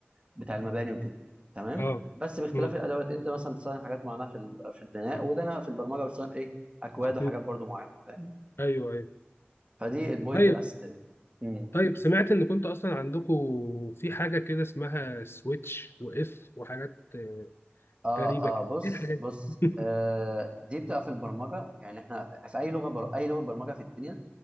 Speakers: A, on the right; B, on the left.
A: بتاع المباني وكده تمام
B: اه
A: بس باختلاف
B: مم.
A: الادوات انت مثلا بتستخدم حاجات معينه في ال- في البناء وده انا في البرمجه بستخدم ايه اكواد
B: مم.
A: وحاجات برضو معينه فاهم
B: ايوه ايوه
A: فدي البوينت
B: طيب
A: الاساسيه مم.
B: طيب سمعت ان كنت اصلا عندكم في حاجه كده اسمها سويتش واف وحاجات آه،
A: اه
B: غريبه كده
A: اه بص
B: ايه الحاجات
A: بص
B: دي
A: آه
B: <laughs>
A: دي بتبقى في البرمجه يعني احنا في اي لغه بر... اي لغه برمجه في الدنيا